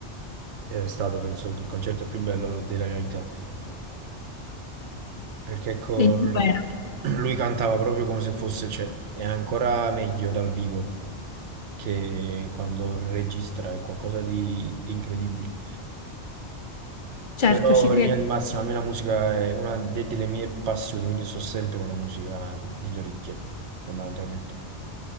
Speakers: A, on the right; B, on the left.
A: è stato penso il concerto più bello della mia vita, perché con-
B: degli U2,
A: <clears throat> lui cantava proprio come se fosse, cioè, è ancora meglio dal vivo che quando registra è qualcosa di, di incredibile.
B: certo,
A: Però
B: ci credo.
A: in linea di massima a me la musica è una de- delle mie passioni, quindi sto sempre con la musica nelle orecchie, fondamentalmente.